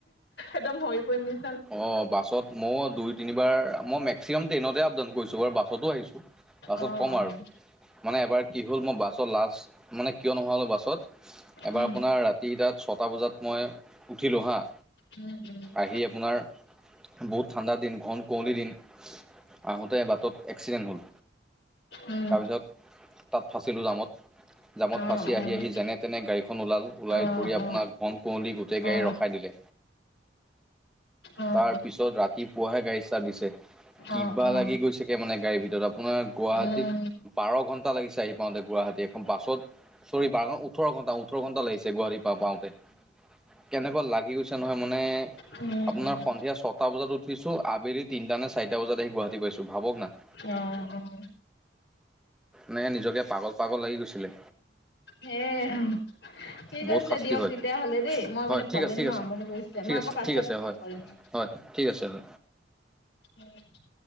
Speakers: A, on the left (about 70°); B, in the centre.
A: একদম হৈ পৰিম নি-
B: অঁ বাছত ময়ো দুই তিনিবাৰ মই মেক্সিমাম ট্ৰেইনতে আপ ডাউন কৰিছোঁ বাৰু বাছতো আহিছোঁ। বাছত
A: অঁ
B: ক'ম
A: অঁ।
B: আৰু মানে এবাৰ কি হ'ল মই বাছত লাষ্ট মানে কিয় নহা হলো বাছত- এবাৰ
A: উম
B: আপোনাৰ ৰাতি তাত ছটা বজাত মই ওঠিলো হাঁ-
A: উম উম।
B: আহি আপোনাৰ- বহুত ঠাণ্ডা দিন, ঘন কুঁৱলী দিন আহোঁতে বাটত এক্সিডেণ্ট হ'ল।
A: উম
B: তাপিছত তাত ফাঁচিলো জামত জামত
A: উম
B: ফাঁচি
A: উম
B: আহি আহি যেনে- তেনে গাড়ীখন ওলাল, ওলাই
A: অ' অ'
B: কৰি আপোনাক
A: অ' অ'
B: ঘন কুঁৱলী গোটেই গাড়ী
A: অ'
B: ৰখাই দিলে।
A: অ'
B: তাৰপিছত ৰাতিপুৱাহে গাড়ী ষ্টাৰ্ট দিছে। কিবা
A: অ' অ' অ'
B: লাগি গৈছে গে মানে গাড়ীৰ ভিতৰত আপোনাৰ গুৱাহাটীত-
A: উম উম উম উম উম উম
B: বাৰ ঘণ্টা লাগিছে আহি পাওঁতে গুৱাহাটী এখন বাাছত- চৰি বাৰ ঘ ওঠৰ ঘণ্টা, ওঠৰ ঘন্টা লাগিছে গুৱাহাটী পা পাওঁতে। কেনেকুৱা লাগি গৈছে নহয় মানে-
A: উম
B: আপোনাৰ
A: উম
B: সন্ধিয়া ছটা বজাত উঠিছো আবেলি তিনিটা নে চাৰিটা বজাত আহি গুৱাহাটী পাইছো, ভাবক না।
A: অঁ অঁ।
B: মানে নিজকে পাগল পাগল লাগি গৈছিলে।
A: হেঁ। ঠিক
B: বহুত
A: আছে
B: শাস্তি
A: দিয়ক
B: হয়
A: তেতিয়া হলে দেই মই
B: হয়
A: মানে
B: ঠিক
A: পোৱালি
B: আছে
A: জনী
B: ঠিক
A: মোৰ
B: আছে
A: আমনি কৰিছে
B: ঠিক
A: মই আকৌ
B: আছে
A: পাছত-
B: ঠিক আছে
A: ফোন
B: হয়
A: কৰিম অঁ,
B: হয় ঠিক আছে হয়
A: উম'।